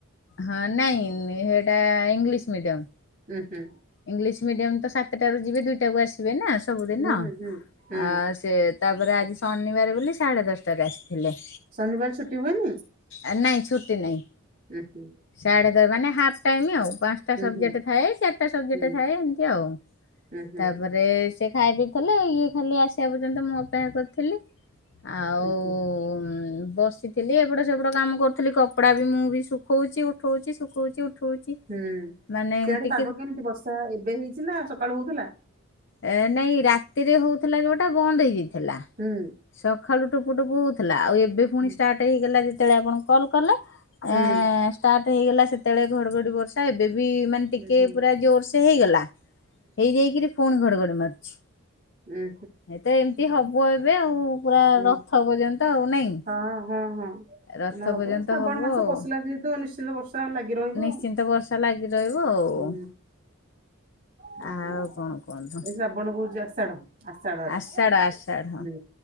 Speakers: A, on the left (about 55°); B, on the right (about 40°).
A: ହଁ ନାଇଁ ହେଇଟା ଇଂଲିଶ୍ ମିଡିୟମ୍।
B: ଉଁ-ହୁଁ।
A: ଇଂଲିଶ୍ ମିଡିୟମ୍ ତ ସାତେଟାରୁ ଯିବେ ଦୁଇଟାକୁ ଆସିବେ ନା ସବୁଦିନ,
B: ହୁଁ ହୁଁ ହୁଁ ହୁଁ
A: ଆ ସେ ତାପରେ ଆଜି ଶନିବାର ବୋଲି ସାଢ଼େ ଦଶଟାରେ ଆସିଥିଲେ।
B: ଶନିବାର ଛୁଟି ହୁଏନି?
A: ଆ ନାଇଁ ଛୁଟି ନାହିଁ।
B: ଉଁ-ହୁଁ।
A: ସାଢେ ଦ ମାନେ ହାପ୍ ଟାଇମ୍ ଆଉ ପାଞ୍ଚଟା ସବଜେକ୍ଟ
B: ହୁଁ
A: ଥାଏ, ସେ ସବଜେକ୍ଟ
B: ହୁଁ
A: ଥାଏ ଏମ୍ତି ଆଉ,
B: ହୁଁ ହୁଁ ହୁଁ
A: ତାପରେ ରେ ସେ ଖାଇ ଦେଇଥେଲେ, ଇଏ ଖାଲି ଆସିବା ପର୍ଯ୍ୟନ୍ତ ମୁଁ ଅପେକ୍ଷା କରିଥେଲି। ଆଉ
B: ହୁଁ
A: ଉଁ
B: ହୁଁ
A: ବସି ଥିଲି ଏପଟ ସେପଟ କାମ କରୁଥିଲି, କପଡ଼ା ବି ମୁଁ ବି ଶୁଖଉଚି ଉଠଉଚି ଶୁଖଉଚି ଉ ଉଠୋଉଚି,
B: ହୁଁ
A: ମାନେ
B: ସିଆଡେ
A: ଟି
B: ପାଗ କେମିତି ବର୍ଷା ଏବେ ହେଇଛି ନା ସକାଳୁ ହଉଥିଲା?
A: ଏ ନାଇଁ ରାତିରେ ହଉଥିଲା ଯୋଉଟା ବନ୍ଦ ହେଇଯାଇଥିଲା।
B: ହୁଁ।
A: ସକାଳୁ ଟୋପୁ ଟୋପୁ ହଉଥିଲା ଆଉ ଏବେ ପୁଣି
B: ହୁଁ
A: ଷ୍ଟାର୍ଟ ହେଇଗଲା ଯେତେବେଳେ ଆପଣ କଲ୍ କଲେ।
B: ହୁଁ
A: ଆ ଷ୍ଟାର୍ଟ ହେଇଗଲା ସେତେବେଳେ ଘଡଘଡି ବର୍ଷା ଏବେ ବି ମାନେ ଟିକେ
B: ହୁଁ ହୁଁ
A: ପୁର ଜୋର୍ ସେ ହେଇଗଲା ହେଇଯାଇକିରି ପୁଣି ଘଡଘଡି ମାରୁଛି।
B: ହୁଁ
A: ଏ ତ ଏମିତି ହବ ଏବେ ଆଉ ପୁରା
B: ହୁଁ
A: ରଥ ପର୍ଯ୍ୟନ୍ତ ଆଉ ନାଇଁ?
B: ହଁ ହଁ ହଁ।
A: ରଥ
B: ମାନେ ହବ
A: ପର୍ଯ୍ୟନ୍ତ
B: ଶ୍ରାବଣ
A: ହବ
B: ମାସ
A: ଆଉ
B: ପଶିଲା ଯେହେତୁ ନିଶ୍ଚିନ୍ତ ବର୍ଷା ଲାଗି ରହିବ
A: ନିଶ୍ଚିନ୍ତ
B: ଆଉ।
A: ବର୍ଷ ର୍ଷା ଲାଗି ରହିବ ଆଉ
B: ହୁଁ ହୁଁ
A: ଆଉ କଣ କୁହନ୍ତୁ?
B: ଏ ଶ୍ରାବଣ କହୁଛି ଆଷାଢ ଆଷାଢଏଟା
A: ଆଷାଢ ଆଷାଢ
B: ହୁଁ